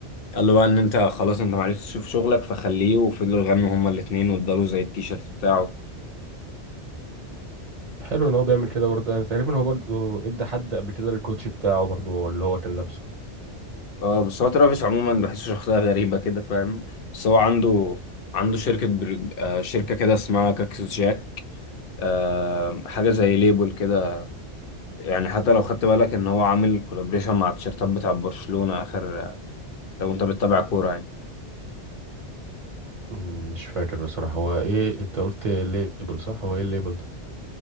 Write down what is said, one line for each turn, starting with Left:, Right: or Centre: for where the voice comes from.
Left: قالوا بقى ان انت خلاص انت معرفتش تشوف شغلك فخليه وفضلوا يغنوا هما الاتنين واداله زي التيشيرت بتاعه
Right: حلو ان هو بيعمل كده برضه يعني تقريبا هو برضه ادى حد قبل كده الكوتش بتاعه برضه اللي هو كان لابسه
Left: اه بس هو ترافيس عموما بحسه شخصية غريبة كده فاهم بس هو عنده عنده شركة برج... آه شركة كده اسمها كاكسوس جاك آه حاجة زي ليبل كده يعني حتى لو خدت بالك ان هو عامل كولابريشن مع التيشيرتات بتاع برشلونة اخر لو انت بتتابع كورة يعني
Right: مم، مش فاكر بصراحة هو ايه انت قلت ليبل صح هو ايه الليبل ده